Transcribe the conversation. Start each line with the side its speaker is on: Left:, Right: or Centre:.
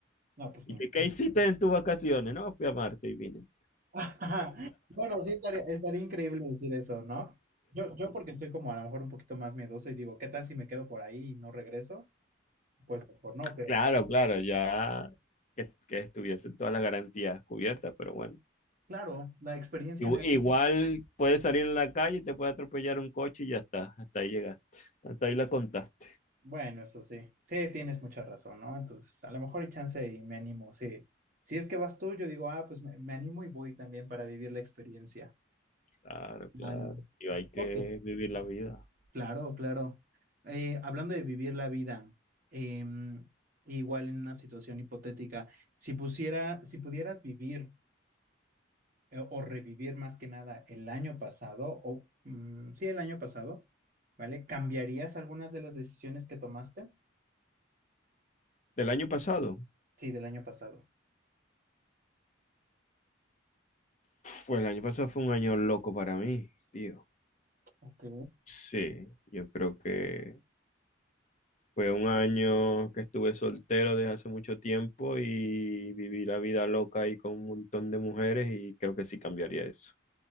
Right: No, pues
Left: ¿Y
Right: ninguna.
Left: qué, qué hiciste en tus vacaciones? No, fui a Marte y vine.
Right: <laughs> Bueno, sí estaría, estaría increíble decir eso, ¿no? Yo, yo porque soy como a lo mejor un poquito más miedoso y digo, ¿qué tal si me quedo por ahí y no regreso? Pues mejor no, pero
Left: Claro, claro, ya que, que estuviesen todas las garantías cubiertas, pero bueno.
Right: claro, la experiencia
Left: Igu-
Right: en
Left: Igual puedes salir a la calle y te puede atropellar un coche y ya está, hasta ahí llegaste, hasta ahí la contaste.
Right: Bueno, eso sí. Sí, tienes mucha razón, ¿no? Entonces, a lo mejor hay chance y me animo. Sí. Si es que vas tú, yo digo, ah, pues me, me animo y voy también para vivir la experiencia.
Left: Claro, claro,
Right: Vale.
Left: y hay que
Right: Ok.
Left: vivir la vida.
Right: Claro, claro. Eh, hablando de vivir la vida, em, igual en una situación hipotética, si pusiera, si pudieras vivir eh, o revivir más que nada el año pasado, o mm, sí, el año pasado, ¿vale? ¿Cambiarías algunas de las decisiones que tomaste?
Left: ¿Del año pasado?
Right: Sí, del año pasado.
Left: Pues el año pasado fue un año loco para mí, tío.
Right: Ok.
Left: Sí, yo creo que fue un año que estuve soltero desde hace mucho tiempo y viví la vida loca ahí con un montón de mujeres y creo que sí cambiaría eso.